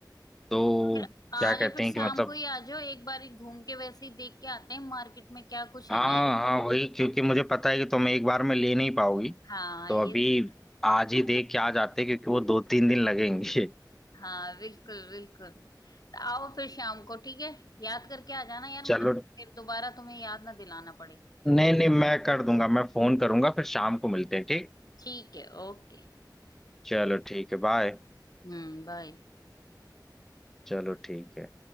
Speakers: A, in the centre; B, on the left.
A: तो
B: फिर आ
A: क्या कहते
B: जाओ फिर शाम
A: हैं कि मतलब
B: को ही आ जाओ एक बार ही घूम के वैसे ही देख के आते हैं मार्केट में क्या कुछ है
A: हाँ
B: नया
A: हाँ वही क्योंकि मुझे पता है कि तुम एक बार में ले नहीं पाओगी
B: हाँ
A: तो
B: ये
A: अभी आज
B: <laughs>
A: ही देख के आ जाते क्योंकि वो दो तीन दिन लगेंगे <laughs>
B: हाँ बिल्कुल बिल्कुल तो आओ फिर शाम को ठीक है याद करके आ जाना यार मुझे
A: चलो
B: फिर दोबारा तुम्हें याद ना दिलाना पड़े
A: नहीं नहीं मैं कर दूंगा मैं फोन करूंगा फिर शाम को मिलते हैं ठीक
B: ठीक है ओके
A: चलो ठीक है बाय
B: हम्म बाय
A: चलो ठीक है